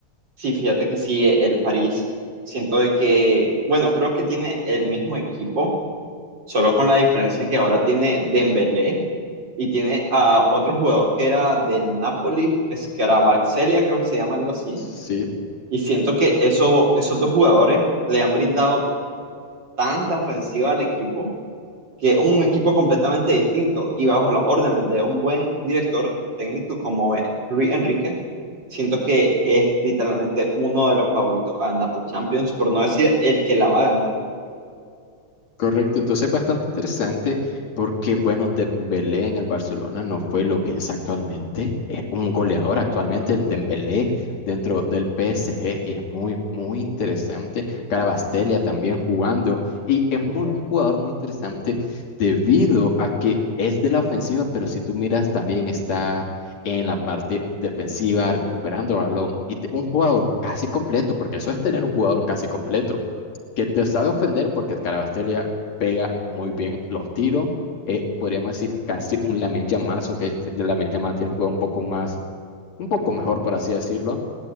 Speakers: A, on the right; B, on the left.
A: Sí, fíjate que sí, el París. Siento de que, bueno, creo que tiene el mismo equipo, solo con la diferencia que ahora tiene Dembélé y tiene a otro jugador que era del Napoli, Scarabazzelia, creo que se llama algo así.
B: Sí,
A: Y siento que eso, esos dos jugadores le han brindado tanta ofensiva al equipo que es un equipo completamente distinto y bajo las órdenes de un buen director técnico como es Luis Enrique, siento que es literalmente uno de los favoritos a ganar la Champions, por no decir el que la va a ganar.
B: correcto. Entonces, bastante interesante porque, bueno, Dembélé en el Barcelona no fue lo que es actualmente. Es un goleador actualmente, el Dembélé dentro del PSG y es muy, muy interesante. Carabastelia también jugando y es muy, un jugador muy interesante debido a que es de la ofensiva, pero si tú miras también está en la parte defensiva recuperando balón y te- un jugador casi completo, porque eso es tener un jugador casi completo. que te sabe ofender porque Carabastella pega muy bien los tiros. eh, podríamos decir casi un Lamil Yamal, o que este- Lamil Yamal tiene un juego un poco más, un poco mejor, por así decirlo